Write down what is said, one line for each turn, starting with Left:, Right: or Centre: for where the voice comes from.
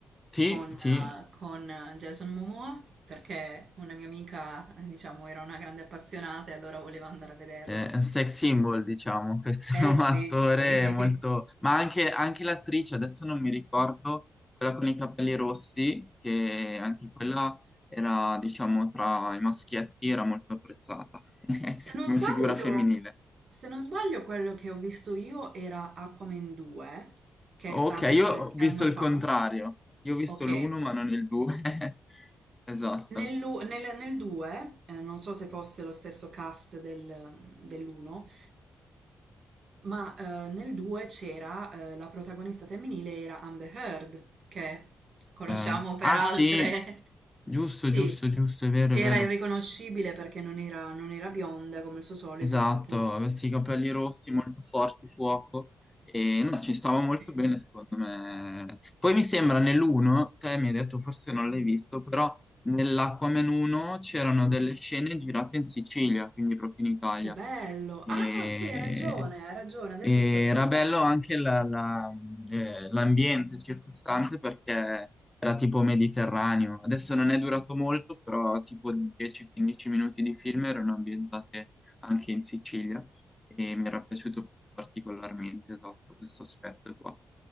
Left: Sì,
Right: con,
Left: sì,
Right: ah, con, ah, Jason Momoa, perché una mia amica, eh, diciamo, era una grande appassionata e allora voleva andare a vederlo.
Left: è un sex symbol, diciamo, questo
Right: Eh
Left: <laughs> attore
Right: sì, sì.
Left: molto...
Right: <laughs>
Left: Ma anche, anche l'attrice, adesso non mi ricordo, quella con i capelli rossi, che anche quella era, diciamo, tra i maschietti, era molto apprezzata <laughs>
Right: Se non
Left: come
Right: sbaglio,
Left: figura femminile.
Right: se non sbaglio, quello che ho visto io era Aquaman 2, che
Left: Ok,
Right: è stato
Left: io
Right: qualche
Left: ho visto
Right: anno
Left: il
Right: fa.
Left: contrario, io ho visto
Right: Ok,
Left: l'uno ma non il due. <laughs> Esatto.
Right: Nell'u- Nel, nel 2, non so se fosse lo stesso cast del, dell'1, ma eh, nel 2 c'era eh, la protagonista femminile era Amber Heard, che conosciamo
Left: Ok.
Right: per
Left: Ah
Right: altre...
Left: sì,
Right: <laughs>
Left: giusto,
Right: Sì,
Left: giusto, giusto, è vero,
Right: che
Left: è
Right: era
Left: vero.
Right: irriconoscibile perché non era, non era bionda come il suo solito,
Left: Esatto,
Right: appunto.
Left: questi capelli rossi molto forti, fuoco, e no, ci stava molto
Right: <coughs>
Left: bene secondo me. Poi mi sembra nell'uno, te mi hai detto forse non l'hai visto, però nell'Aquaman 1 c'erano delle scene girate in Sicilia, quindi proprio in Italia.
Right: Che bello!
Left: E
Right: Ah, sì, hai ragione, hai ragione, adesso
Left: e
Right: sto ricordando.
Left: era bello anche la- la- eh, l'ambiente circostante perché era tipo mediterraneo. Adesso non è durato molto, però tipo 10-15 minuti di film erano ambientate anche in Sicilia e mi era piaciuto particolarmente, esatto, questo aspetto qua.